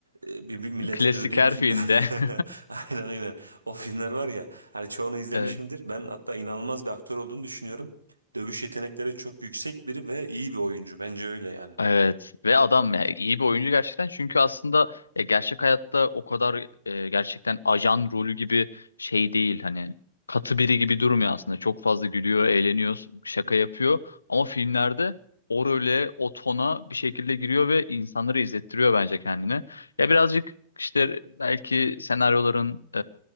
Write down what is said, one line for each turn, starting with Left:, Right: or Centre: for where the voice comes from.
Right: e, bir, bir milleti
Left: Klasik
Right: dövdüğü
Left: her
Right: filmler.
Left: filmde. <laughs>
Right: <laughs> Aynen aynen. O filmler var ya. Hani çoğunu izlemişimdir.
Left: Evet.
Right: Ben hatta inanılmaz bir aktör olduğunu düşünüyorum. Dövüş yetenekleri çok yüksek biri ve iyi bir oyuncu. Bence öyle yani.
Left: Evet ve adam ya iyi bir oyuncu gerçekten çünkü aslında ya gerçek hayatta o kadar e, gerçekten ajan rolü gibi şey değil hani katı biri gibi durmuyor aslında çok fazla gülüyor eğleniyor şaka yapıyor ama filmlerde o role o tona bir şekilde giriyor ve insanları izlettiriyor bence kendini ya birazcık işte belki senaryoların